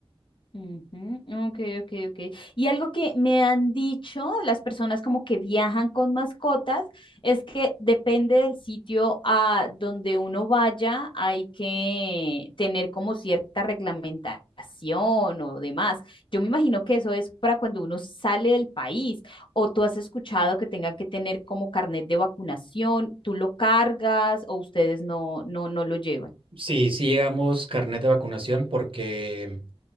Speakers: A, on the left; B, on the right.
A: Ujú, Ok, ok, ok. Y algo que me han dicho las personas como que viajan con mascotas es que depende del sitio a donde uno vaya, hay que tener como cierta reglamentación o demás. Yo me imagino que eso es para cuando uno sale del país o tú has escuchado que tenga que tener como carnet de vacunación, tú lo cargas o ustedes no, no, no lo llevan.
B: Sí, sí llegamos carnet de vacunación porque